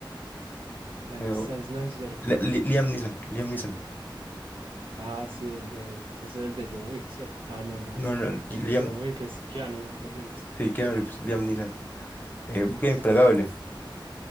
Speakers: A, on the right; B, on the left.
A: La lista
B: Eh,
A: de Snyder.
B: Li- Li- Liam Neeson, Liam Neeson.
A: Ah, sí, el de, ese es el de John Wick, ¿cierto? Ah, no, no.
B: No, no, Li-
A: El
B: Liam,
A: de John Wick es Keanu Reeves.
B: sí, Keanu Reeves, Liam Neeson. Eh,
A: sí
B: Búsqueda Implacable.